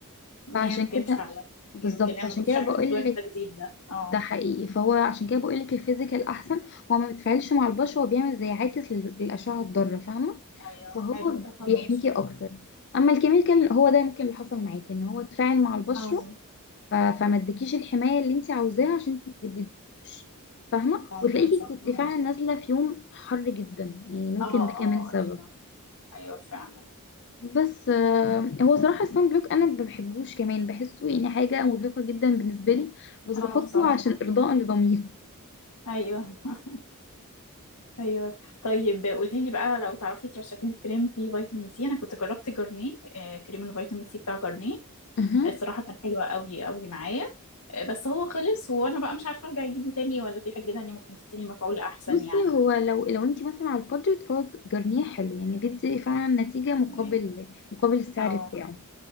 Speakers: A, on the left; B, on the left.
A: فعشان
B: يمكن
A: كده
B: فعلا
A: بالظبط
B: يمكن لان
A: فعشان
B: ما كنتش
A: كده
B: اعرف
A: بقول
B: موضوع التجديد
A: لك
B: ده اه
A: ده حقيقي فهو عشان كده بقول لك الفيزيكال احسن هو ما بيتفاعلش مع البشر هو بيعمل زي عاكس لل- للاشعه الضاره فاهمه
B: ايوه
A: فهو
B: حلو ده خلاص
A: بيحميكي اكتر اما الكيميكال هو ده ممكن اللي حصل معاكي ان هو اتفاعل مع البشره
B: اه
A: ف- فما ادكيش الحمايه اللي انت عاوزاها عشان انت ما تجدديهوش فاهمه
B: ممكن
A: وتلاقيكي
B: صح
A: كنت
B: ممكن
A: فعلا نازله في يوم حر جدا يعني ممكن
B: اه
A: ده كمان
B: اه
A: سبب
B: ايوه ايوه فعلا
A: بس آه، هو صراحه الصن بلوك انا ما بحبوش كمان بحسه يعني حاجه مرهقه جدا بالنسبه لي بس
B: اه
A: بحطه
B: بصراحة
A: عشان ارضاء لضميري
B: ايوه <laughs> ايوه طيب قولي لي بقى لو تعرفي ترشحي لي كريم فيه فيتامين سي انا كنت جربت جرنيه آه، كريم الفيتامين سي بتاع جرنيه
A: <laughs>
B: الصراحة كان حلو قوي قوي معايا آه، بس هو خلص وانا بقى مش عارفة ارجع اجيبه تاني ولا في حاجة تانية ممكن تديني مفعول احسن
A: بصي
B: يعني
A: هو لو لو انت مثلا على البادجت فهو جرنيه حلو يعني بيدي فعلا نتيجة
B: تمام
A: مقابل مقابل السعر
B: اه
A: بتاعه